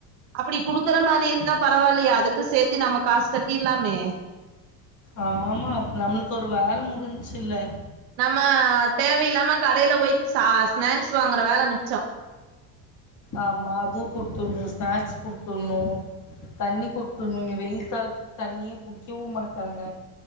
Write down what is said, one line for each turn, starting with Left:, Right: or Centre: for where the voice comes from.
Right: அப்படி குடுக்குற மாரி இருந்தா பரவால்லயே அதுக்கு சேத்தி நம்ம காசு கட்டிரலாமே
Left: ஆமா நம்மளுக்கு ஒரு வேல முடிஞ்ச்சுல்ல
Right: நம்ம தேவையில்லாம கடையில போய் ஸா ஸ்நாக்ஸ் வாங்குற வேல மிச்சோ
Left: ஆமா அதுவும் குடுத்துடுணும் ஸ்நாக்ஸ் குடுத்துடுணும் தண்ணி குடுத்துடுணும் வெயில் காலத்துல தண்ணியே குடிக்கவும் மாட்டாங்க